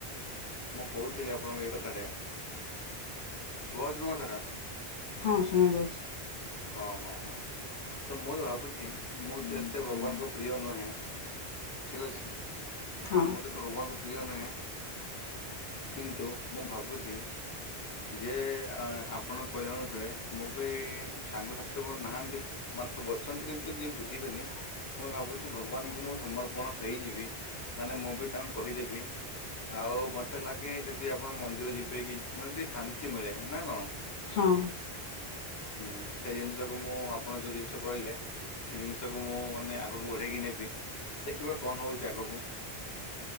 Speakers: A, on the left; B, on the left.
A: ମୁଁ କହୁଥିଲି ଆପଣଙ୍କୁ ଏ କଥାଟେ <unintelligible> ହୁ ଜମଙ୍ଗ ରା?
B: ହଁ ଶୁଣା ଯାଉଛି।
A: ହଁ ହଁ ହଁ ତ ମୁଇ ଭାବୁଛି ମୁଁ ତ ଏତେ ଭଗବାନଙ୍କ ପ୍ରିୟ ନୁହେଁ ଠିକ୍ ଅଛି ମୁଁ
B: ହଁ
A: ତତେ ଭଗବାନଙ୍କ ପ୍ରିୟ ନୁହେଁ। କିନ୍ତୁ ମୁଁ ଭାବୁଛି ଯେ ଆପଣଙ୍କ କହିଲା ଅନୁସାରେ ମୁଁ ବି ସାଙ୍ଗସାଥି ତ ମୋର ନାହାନ୍ତି ମାନେ ସବୁ ଅଛନ୍ତି କିନ୍ତୁ ଯିଏ ବୁଝିବେନି। ମୁଁ ଭାବୁଛି ଭଗବାନଙ୍କୁ ମୁଁ ସମର୍ପଣ ହେଇଯିବି। ମାନେ ମୁଁ ବି ତାଙ୍କୁ କହିଦେବି ଆଉ ମୋତେ ଲାଗେ ଯଦି ଆପଣ ମ ଯିବେ କି ମାନେ ଟିକେ ଶାନ୍ତି ମିଳେ ନା କଣ?
B: ହଁ
A: ହୁଁ ସେଇ ଜିନିଷକୁ ମୁଁ ଆପଣ ଯୋଉ ଜିନିଷ କହିଲେ ସେ ଜିନିଷକୁ ମୁଁ ମାନେ ଆଗକୁ ବଢ଼େଇକି ନେବି ଦେଖିବା କଣ ହଉଛି ଆଗକୁ।